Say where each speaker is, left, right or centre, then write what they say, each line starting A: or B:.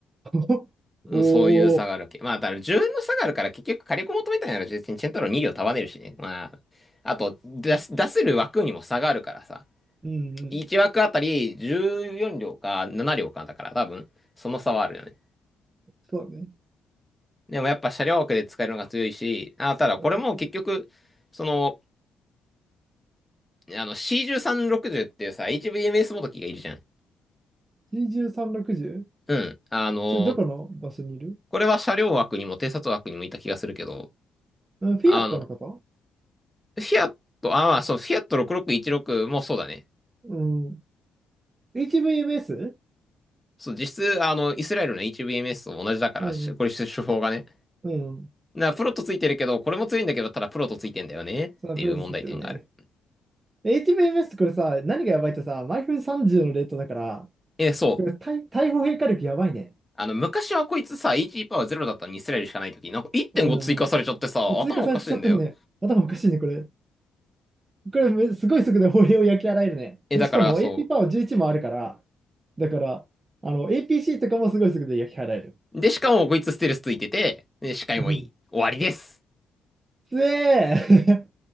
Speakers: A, on the right; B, in the centre.
A: <laughs>
B: うん、
A: おおー、
B: そういう差があるわけ。まあ、だから10円の差があるから結局火力求めたいなら別にチェントロ2両束ねるしね。まあ、あと、出す、出せる枠にも差があるからさ。
A: うんうん、
B: 1枠あたり14両か7両かだから多分その差はあるよね。
A: そうだね。
B: でもやっぱ車両枠で使えるのが強いし、あ、ただこれも結局、
A: はい、
B: その、あの C1360 っていうさ、HVMS もどきがいるじゃん。
A: C13、60?
B: うん。あの、
A: それどこの場所にいる
B: これは車両枠にも偵察枠にもいた気がするけど、
A: うん、フィアットのこと
B: あの、フィアット、あ、まあそう、フィアット6616もそうだね。
A: うん。HVMS?
B: そう、実質、あの、イスラエルの HVMS と同じだから、
A: うんうん。
B: これ手法がね。
A: うん。
B: な、プロットついてるけど、これも強いんだけど、ただプロットついてんだよねっていう問題点がある。
A: そう、アプロセスってるね。HVMS ってこれさ、何がやばいってさ、毎分30のレートだから、
B: えーそう。
A: これ対、対砲変化力やばいね。
B: あの、昔はこいつさ、AG パワーゼロだったのにイスラエルしかないとき、なんか1.5追加されちゃってさ、
A: うん。追加されちゃってるね。
B: 頭おかしいんだよ。
A: 頭おかしいね、これ。これ、めすごい速度で歩兵を焼き払えるね。
B: え、
A: で、
B: だからそ
A: しかも AP パワー11もあるから、だから、あの、APC とかもすごい速度で焼き払える。
B: う。で、しかもこいつステルスついてて、で、視界もいい。
A: うん
B: 終わりです。
A: つえー